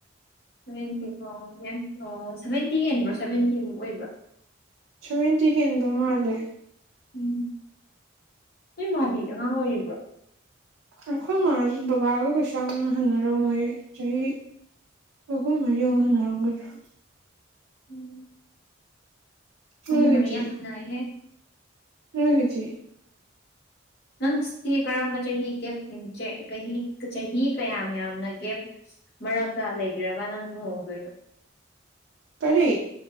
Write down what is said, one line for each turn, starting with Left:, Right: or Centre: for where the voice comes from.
Left: ꯁꯚꯦꯟꯇꯤ ꯑꯣ ꯌꯥ ꯑꯣ ꯁꯚꯦꯟꯇꯤ ꯍꯦꯟꯕ꯭ꯔꯣ ꯁꯚꯦꯟꯇꯤ ꯑꯃꯨꯛ ꯑꯣꯏꯕ꯭ꯔꯣ
Right: ꯁꯚꯦꯟꯇꯤ ꯍꯦꯟꯕ ꯃꯥꯜꯂꯦ
Left: ꯎꯝ ꯅꯣꯏ ꯃꯥꯗꯤ ꯑꯉꯥꯡ ꯑꯣꯏꯔꯤꯕ꯭ꯔꯣ
Right: ꯑꯩꯈꯣꯏ ꯃꯥ ꯕꯕꯥꯒ ꯀꯩꯁꯨ ꯌꯥꯝꯅ ꯍꯟꯅꯔꯝꯃꯣꯏ ꯆꯍꯤ ꯑꯣꯍꯨꯝ ꯃꯔꯤꯃꯨꯛ ꯍꯟꯅꯔꯝꯒꯗ꯭ꯔ
Left: ꯎꯝ <unintelligible>
Right: ꯅꯣꯏꯒꯤꯗꯤ <unintelligible>
Left: ꯅꯪꯗꯤ ꯀꯔꯝꯕ ꯆꯍꯤ ꯒꯦꯞ <unintelligible> ꯀꯍꯤ ꯆꯍꯤ ꯀꯌꯥꯝ ꯌꯥꯝꯅ ꯒꯦꯞ ꯃꯔꯛꯇ ꯂꯩꯒꯦꯔꯒ ꯅꯪ ꯂꯨꯍꯣꯡꯗꯣꯏꯅꯣ
Right: ꯀꯔꯤ